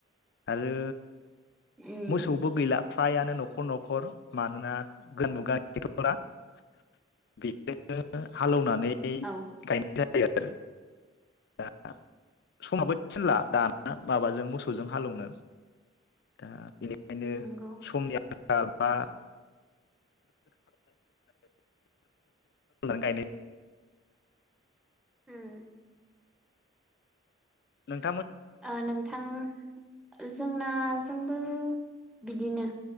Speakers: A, on the left (about 55°); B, in the centre.
A: आरो
B: उम
A: मोसौबो गैला फ्रायानो न'खर न'खर मानोना <unintelligible> <unintelligible>
B: औ
A: गायनाय जायो आरो दा समाबो थिनला दाना माबाजों मोसौजों हालेवनो दा बे ओंखायनो
B: नंगौ
A: समनि बा बा गायनाय
B: ओम
A: नों
B: ओ नोंथां जोंना जोंबो बिदिनो